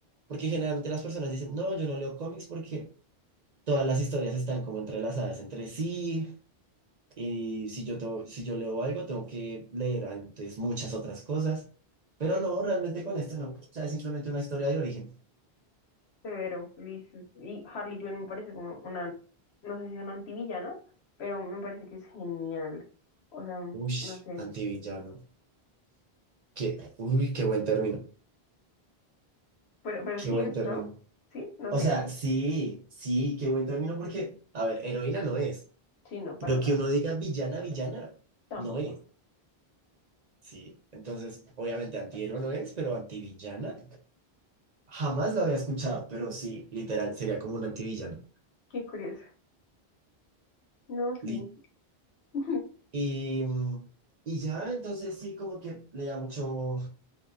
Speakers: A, on the right; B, on the left.
A: Porque generalmente las personas dicen, no, yo no leo cómics porque todas las historias están como entrelazadas entre sí, y si yo, to- si yo leo algo, tengo que leer antes muchas otras cosas, pero no, realmente con este no, o sea, es simplemente una historia de origen.
B: Severo, Liz. Y Harley Quinn me parece como una, no sé si es una antivillana, pero me parece que es genial. O sea,
A: Uy,
B: no sé.
A: antivillano. Qué, uy, qué buen término,
B: Pero, pero
A: qué
B: sí
A: buen
B: es,
A: término.
B: ¿no? Sí, no
A: O
B: sé.
A: sea, sí, sí, qué buen término porque, a ver, heroína no es,
B: Sí, no,
A: pero
B: para nada.
A: que uno diga villana, villana,
B: Tampoco.
A: no es, sí. Entonces, obviamente antihéroe no es, pero antivillana. Jamás lo había escuchado, pero sí, literal, sería como un antivillano.
B: Qué curioso. No,
A: Li-
B: sí. <laughs>
A: Y, mm, y ya, entonces sí, como que leía mucho,